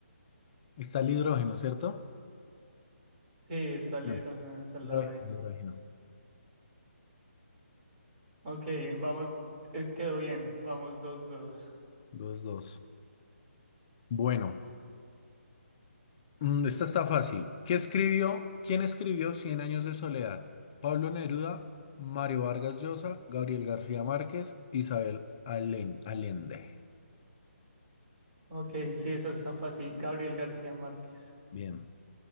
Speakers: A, on the left; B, on the right.
A: Está el hidrógeno, ¿cierto?
B: Sí, está el
A: No,
B: hidrógeno, esa es
A: hidrógeno,
B: la B.
A: hidrógeno.
B: Ok, vamos, eh, quedó bien. Vamos, dos, dos.
A: dos. 2 Bueno, mm, esta está fácil. ¿Qué escribió? ¿Quién escribió Cien años de soledad? Pablo Neruda, Mario Vargas Llosa, Gabriel García Márquez, Isabel Alen- Allende.
B: Ok, sí, esa está fácil. Gabriel García Márquez.
A: Bien,